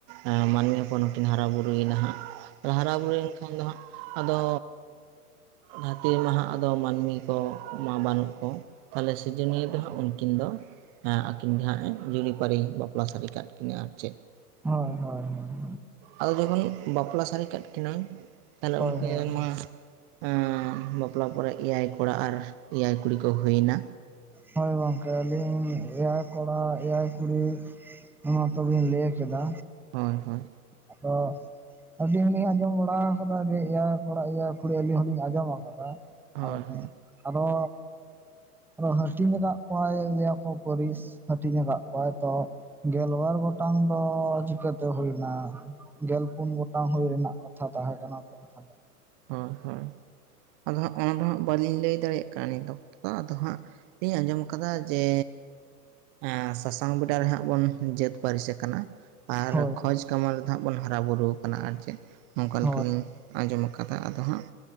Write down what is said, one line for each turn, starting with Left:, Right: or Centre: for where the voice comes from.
Right: ᱮᱸ ᱢᱟᱹᱱᱢᱤ ᱦᱚᱯᱚᱱ ᱦᱚᱸ ᱠᱤᱱ ᱦᱟᱨᱟᱼᱵᱩᱨᱩᱭ ᱱᱟ ᱦᱟᱸᱜ᱾ ᱛᱚ ᱦᱟᱨᱟ ᱵᱩᱨᱩᱭᱮᱱ ᱠᱷᱟᱱ ᱫᱚ ᱦᱟᱸᱜ ᱟᱫᱚ ᱫᱷᱟᱹᱨᱛᱤ ᱨᱮᱢᱟ ᱦᱟᱸᱜ ᱟᱫᱚ ᱢᱟᱹᱱᱢᱤ ᱠᱚ ᱢᱟ ᱵᱟᱹᱱᱩᱜ ᱠᱚ᱾ ᱛᱟᱦᱚᱞᱮ ᱥᱤᱨᱤᱡᱚᱱᱤᱭᱟᱹ ᱫᱚ ᱦᱟᱸᱜ ᱩᱱᱠᱤᱱ ᱫᱚ ᱦᱮᱸ ᱟᱹᱠᱤᱱ ᱜᱮ ᱦᱟᱸᱜ ᱡᱩᱨᱤ-ᱯᱟᱹᱨᱤ ᱵᱟᱯᱞᱟ ᱥᱟᱹᱨᱤ ᱠᱟᱫ ᱠᱤᱱᱟᱹ ᱟᱨ ᱪᱮᱫ᱾
Centre: ᱦᱳᱭ ᱦᱳᱭ ᱦᱳᱭ,
Right: ᱟᱫᱚ ᱡᱚᱠᱷᱚᱱ ᱵᱟᱯᱞᱟ ᱥᱟᱸᱨᱤ ᱠᱟᱜ ᱠᱤᱱᱟᱹᱧ ᱛᱟᱦᱚᱞᱮ ᱩᱱᱠᱤᱱ
Centre: ᱦᱳᱭ
Right: ᱨᱮᱱ ᱢᱟ ᱮᱸᱻ ᱵᱟᱯᱞᱟ ᱯᱚᱨᱮ ᱮᱭᱟᱭ ᱠᱚᱲᱟ ᱟᱨ ᱮᱭᱟᱭ ᱠᱩᱲᱤ ᱠᱚ ᱦᱩᱭᱱᱟ᱾
Centre: ᱦᱳᱭ ᱜᱚᱝᱠᱮ ᱟᱹᱞᱤᱧ ᱮᱭᱟᱭ ᱠᱚᱲᱟ ᱮᱭᱟᱭ ᱠᱩᱲᱤ, ᱱᱚᱣᱟ ᱦᱚᱸ ᱛᱚ ᱵᱤᱱ ᱞᱟᱹᱭ ᱠᱮᱫᱟ,
Right: ᱦᱳᱭ ᱦᱳᱭ,
Centre: ᱟᱫᱚ, ᱟᱹᱞᱤᱧ ᱦᱚᱸᱞᱤᱧ ᱟᱸᱡᱚᱢ ᱵᱟᱲᱟ ᱟᱠᱟᱫᱟ ᱡᱮ ᱮᱭᱟᱭ ᱠᱚᱲᱟ ᱮᱭᱟᱭ ᱠᱩᱲᱤ ᱟᱹᱞᱤᱧ ᱦᱚᱸᱞᱤᱧ ᱟᱸᱡᱚᱢ ᱟᱠᱟᱫᱟ᱾
Right: ᱦᱳᱭ
Centre: ᱟ <unintelligible>
Right: ᱦᱳᱭ
Centre: ᱟᱫᱚ ᱟᱨᱚ ᱦᱟᱹᱴᱤᱧᱟᱠᱟᱜ ᱠᱚᱣᱟᱭ ᱞᱟᱹᱭ ᱠᱚ ᱯᱟᱹᱨᱤᱥ ᱦᱟᱹᱴᱤᱧᱟᱠᱟᱜ ᱠᱚᱣᱟᱭ ᱛᱚ, ᱜᱮᱞᱵᱟᱨ ᱜᱚᱴᱟᱝ ᱫᱚ ᱪᱤᱠᱟᱹᱛᱮ ᱦᱩᱭ ᱱᱟ᱾ ᱜᱮᱞ ᱯᱩᱱ ᱜᱚᱴᱟᱝ ᱦᱩᱭ ᱨᱮᱱᱟᱜ ᱠᱟᱛᱷᱟ ᱛᱟᱦᱮᱸ ᱠᱟᱱᱟ ᱛᱚ ᱛᱟᱦᱞᱮ᱾
Right: ᱦᱳᱭ ᱦᱳᱭ ᱟᱫᱚ ᱦᱟᱸᱜ ᱚᱱᱟ ᱫᱚ ᱦᱟᱸᱜ ᱵᱟᱹᱞᱤᱧ ᱞᱟᱹᱭ ᱫᱟᱲᱮᱭᱟᱜ ᱠᱟᱱᱟ ᱱᱤᱛᱚᱜ ᱫᱚ ᱟᱫᱚ ᱦᱟᱸᱜ, ᱤᱧ ᱟᱸᱡᱚᱢ ᱠᱟᱫᱟ ᱡᱮ ᱮᱸ ᱥᱟᱥᱟᱝ ᱵᱮᱰᱟ ᱨᱮᱦᱟᱸᱜ ᱵᱚᱱ ᱡᱟᱹᱛ ᱯᱟᱹᱨᱤᱥ ᱟᱠᱟᱱᱟ ᱟᱨ
Centre: ᱦᱳᱭ
Right: ᱠᱷᱚᱡᱽ ᱠᱟᱢᱟᱱ ᱨᱮᱫᱚ ᱦᱟᱸᱜ ᱵᱚᱱ ᱦᱟᱨᱟ ᱵᱩᱨᱩ ᱠᱟᱱᱟ ᱟᱨ ᱪᱮᱫ᱾ ᱚᱝᱠᱟ ᱞᱮᱠᱟᱜᱤᱧ
Centre: ᱦᱳᱭ
Right: ᱟᱸᱡᱚᱢ ᱠᱟᱫᱟ᱾ ᱟᱫᱚ ᱦᱟᱸᱜ